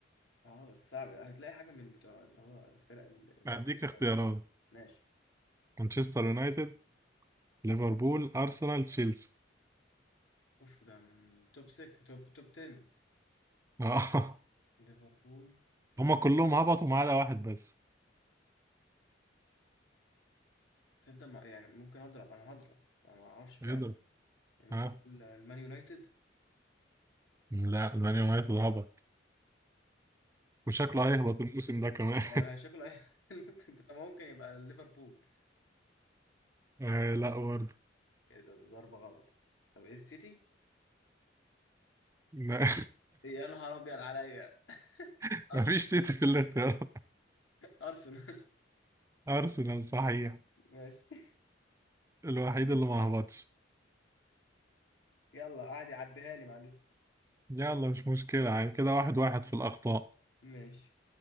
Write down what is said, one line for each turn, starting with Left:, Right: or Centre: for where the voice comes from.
Left: اه بس صعب هتلاقي حاجة من بتوع اللي هو الفرق ال- ال-
Right: أديك اختيارات
Left: الصغيرة ماشي
Right: مانشستر يونايتد ليفربول أرسنال تشيلسي
Left: اوف ده من التوب 6 توب توب 10
Right: اه
Left: ليفربول
Right: <laughs> هما كلهم هبطوا ما عدا واحد بس
Left: تصدق ما- يعني ممكن اضرب انا هضرب انا ما اعرفش فعلا
Right: يقدر
Left: يعني ممكن
Right: اه
Left: اقول المان يونايتد
Right: لا مان يونايتد هبط وشكله
Left: طب
Right: هيهبط الموسم ده كمان
Left: هو شكله هي- <laughs> الموسم ده طب هو ممكن يبقى ليفربول
Right: <laughs> آه لا برضه
Left: ايه ده ده ضربة غلط طب ايه السيتي
Right: ما-
Left: إيه، يا نهار ابيض عليا <laughs>
Right: <laughs>
Left: ارسنال
Right: مفيش سيتي في الاختيارات
Left: <laughs> ارسنال
Right: أرسنال صحيح
Left: <laughs> ماشي
Right: الوحيد اللي ما هبطش
Left: يلا عادي عديها لي معلش
Right: يلا مش مشكلة يعني كده واحد واحد في الأخطاء
Left: ماشي